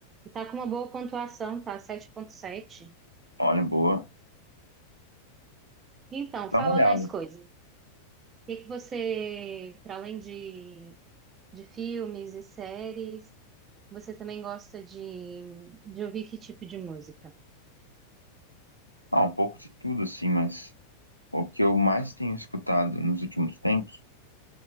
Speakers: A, on the right; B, on the right.
A: E tá com uma boa pontuação, tá? Sete ponto sete.
B: Olha, boa.
A: Então,
B: Dá
A: fala
B: uma olhada.
A: mais coisas. O que é que você, para além de, de filmes e séries, você também gosta de, de ouvir que tipo de música?
B: Ah, um pouco de tudo, assim, mas O que eu mais tenho escutado nos últimos tempos